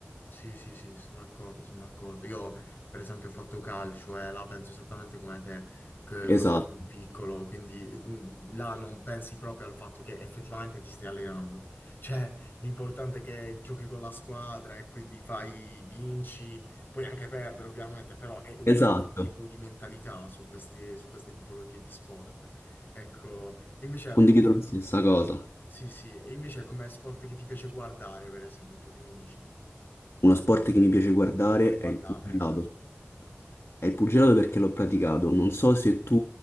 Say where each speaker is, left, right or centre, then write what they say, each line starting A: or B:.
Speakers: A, on the left (about 45°); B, on the left (about 70°).
A: Sì, sì, sì, sono d'accordo, sono d'accordo. Io, per esempio, ho fatto calcio e là penso esattamente come te che quando
B: Esatto,
A: ero più piccolo, quindi mm, là non pensi proprio al fatto che effettivamente ti stai allenando. <laughs> Cioè, l'importante è che giochi con la squadra e quindi fai, vinci, puoi anche perdere, ovviamente, però è un
B: esatto.
A: altro tipo di mentalità su queste, su queste tipologie di sport. Ecco, E invece,
B: Condivido la stessa cosa.
A: sì, sì, e invece come sport che ti piace guardare, per esempio, che mi dici?
B: Uno sport che mi piace guardare
A: Sì, guardare,
B: è il pugilato.
A: non so.
B: È il pugilato perché l'ho praticato. Non so se tu